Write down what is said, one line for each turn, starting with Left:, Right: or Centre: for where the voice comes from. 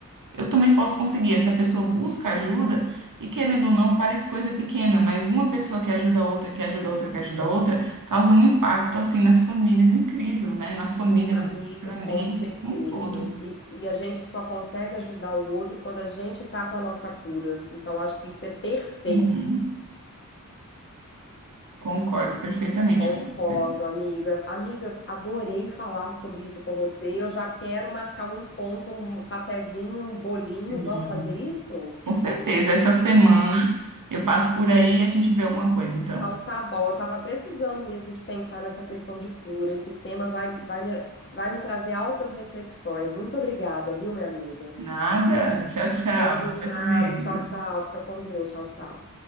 Right: Eu também posso conseguir. Essa pessoa busca ajuda e, querendo ou não, parece coisa pequena, mas uma pessoa que ajuda a outra, que ajuda a outra, que ajuda a outra, causa um impacto assim nas famílias incrível, né? Nas famílias,
Left: amiga,
Right: nos relacionamentos,
Left: com certeza.
Right: como um todo.
Left: E, e a gente só consegue ajudar o outro quando a gente tá com a nossa cura. Então acho que isso é perfeito.
Right: Uhum. Concordo perfeitamente
Left: Concordo,
Right: com você.
Left: amiga. Amiga, adorei falar sobre isso com você. Eu já quero marcar um encontro, um cafezinho, um bolinho.
Right: Uhum.
Left: Vamos fazer isso?
Right: Com certeza. Essa semana eu passo por aí e a gente vê alguma coisa, então.
Left: Então tá bom. Eu estava precisando mesmo de pensar nessa questão de cura. Esse tema vai, vai me, vai me trazer altas reflexões. Muito obrigada, viu, minha amiga?
Right: Nada. Tchau, tchau.
Left: Combinado.
Right: A gente vai se vendo.
Left: Tchau, tchau. Fica com Deus. Tchau, tchau.